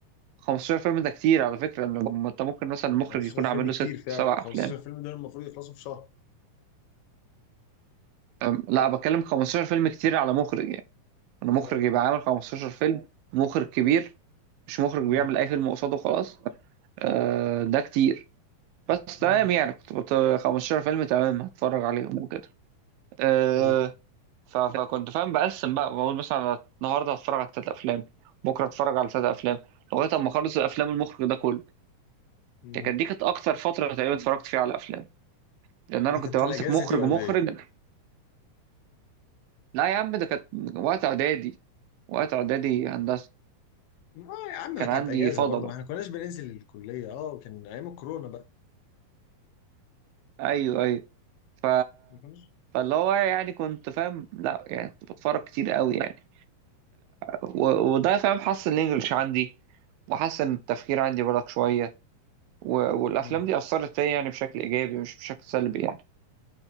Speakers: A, on the right; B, on the left.
A: 15 فيلم ده كتير على فكرة لما انت ممكن مثلا
B: ما
A: المخرج
B: 15
A: يكون عامل
B: فيلم
A: له
B: كتير
A: ست
B: فعلا
A: سبع
B: 15
A: افلام
B: فيلم دول المفروض يخلصوا في شهر
A: أم، لا بتكلم 15 فيلم كتير على مخرج يعني انا مخرج
B: اه
A: يبقى عامل 15 فيلم مخرج كبير مش مخرج
B: مم.
A: بيعمل اي فيلم قصاده وخلاص أه ده كتير بس
B: مم.
A: تمام يعني كنت بت 15 فيلم تمام هتفرج عليهم وكده أه
B: طيب
A: ف- فكنت فاهم بقسم بقى بقول مثلا أنا النهارده هتفرج على ثلاث افلام بكره هتفرج على ثلاث افلام لغايه اما اخلص الافلام المخرج ده كله
B: مم.
A: يعني كانت دي كانت اكتر فتره تقريبا اتفرجت فيها على افلام لان انا
B: دي
A: كنت
B: كانت
A: بمسك
B: الاجازه
A: مخرج
B: دي ولا
A: مخرج
B: ايه
A: لا يا عم ده كانت وقت اعدادي وقت اعدادي هندسه
B: ما يا عم ما
A: كان
B: كانت
A: عندي
B: اجازه
A: فضا
B: برضه
A: بقى
B: ما احنا كناش بننزل الكليه اه وكان ايام الكورونا بقى
A: ايوه ايوه ف
B: ما كناش
A: فاللي هو يعني كنت فاهم لا يعني كنت بتفرج كتير قوي يعني و... وده فاهم حسن الانجليش عندي وحسن التفكير عندي بالك شويه و... والافلام
B: مم.
A: دي اثرت فيا يعني بشكل ايجابي مش بشكل سلبي يعني